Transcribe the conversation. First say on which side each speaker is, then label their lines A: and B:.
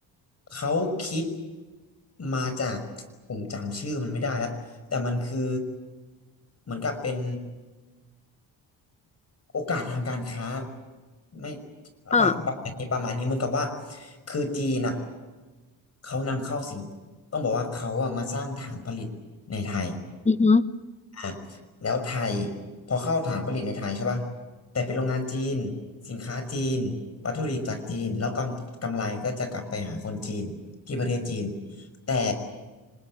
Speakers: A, on the left; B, on the left.
A: เขาคิดมาจากผมจำชื่อมันไม่ได้แล้วแต่มันคือเหมือนกับเป็นโอกาสทางการค้าไม่
B: อ่า
A: ประประมาณนี้ประมาณนี้เหมือนกับว่าคือจีนอ่ะเขานำเข้าสิ่งต้องบอกว่าเขาอ่ะมาสร้างฐานผลิตในไทย
B: อือฮึ
A: อ่ะแล้วไทยพอเข้าฐานผลิตในไทยใช่ป่ะแต่เป็นโรงงานจีนสินค้าจีนวัตถุดิบจากจีนแล้วกำกำไรก็จะกลับไปหาคนจีนที่ประเทศจีนแต่